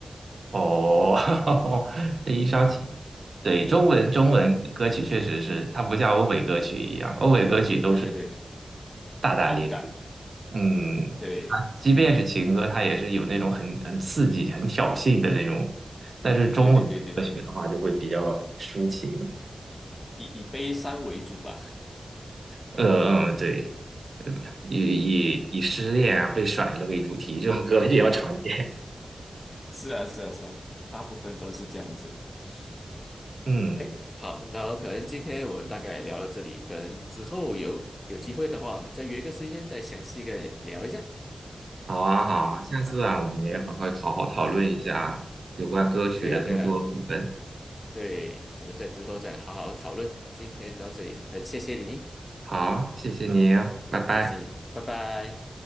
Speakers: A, on the right; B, on the left.
A: 哦，<laughs> 这一烧情，对，中文中文歌曲确实是，它不像欧美歌曲一样，欧美歌曲都是
B: 对对对，
A: 大大咧咧，
B: 动感的，
A: 嗯，
B: 对
A: 它即便是情歌，它也是有那种很很刺激、很挑衅的那种，但是中文歌曲的话就会比较抒情，
B: 对对对对对，以以悲伤为主吧。
A: 呃嗯，对，呃以以以失恋啊、
B: 嗯，
A: 被甩了为主题，这种歌比较常见，
B: 是啊是啊是啊，大部分都是这样子。嗯。
A: 嗯。
B: 哎，好，那后可能今天我们大概聊到这里，可能之后有有机会的话，我们再约个时间再详细的聊一下。
A: 好啊，好啊，下次啊，我们也好好好好讨论一下有关歌曲的更多部分。
B: 嗯，对呀，对呀，对，我们在之后再好好讨论。今天到这里，很谢谢你，
A: 好，谢谢你啊，拜拜。
B: 嗯，谢谢你，拜拜。